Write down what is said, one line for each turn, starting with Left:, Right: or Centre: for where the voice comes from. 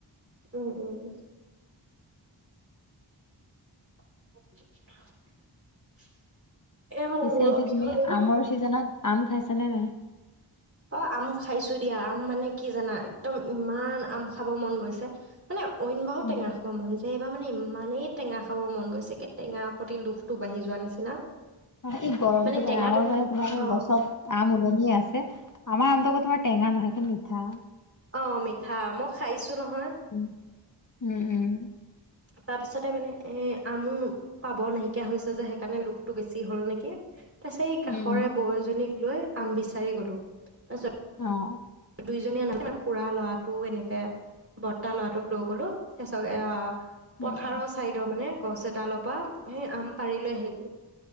Right: উম' উম' উম' <unintelligible> <inaudible> মোৰ
Left: পিছে
Right: মূৰৰ
Left: এতিয়া
Right: বিষ
Left: তুমি
Right: হ'লেও
Left: আমৰ চিজনত। আম খাইছা নে নাই?
Right: অ' আম খাইছোঁ দিয়া। আম মানে কি জানা? একদম ইমান আম খাব মন গৈছে মানে! অইন বাৰু,
Left: উম,
Right: টেঙা খাব মন যায়। এইবাৰ মানে ইমানেই টেঙা খাব মন গৈছে, একে টেঙা প্ৰতি লোভটো বাঢ়ি যোৱা নিচিনা।
Left: এই গৰমটো
Right: মানে
Left: কাৰণে
Right: টেঙাটো
Left: আমৰ কাৰনে ভাল।
Right: অ
Left: গছত আম উলমিয়ে আছে। আমাৰ আমটো আকৌ তোমাৰ টেঙা নহয়, কি মিঠা!
Right: অ' মিঠা, মই খাইছোঁ। তো নহয়
Left: উম, উম উম
Right: তাৰপিছতে মানে এই আমো পাব নাইকিয়া হৈছে যে সেইকাৰে লোকটো বেছি হল নেকি কি তাপিচত এই
Left: উম
Right: কাষৰে বয়জনীক লৈ আম বিচাৰি গলো তাৰিছত
Left: উহ
Right: দুইজনীয়া নাজ খু়ৰা ল'ৰাটো এনেকে বৰ্তা ল'ৰাটোক লৈ গ'লো তাৰপিছত এয়া
Left: উম,
Right: পথাৰৰ
Left: উম,
Right: চাইডৰ মানে গছ এদালপা হে আম পাৰিলৈ আহিলো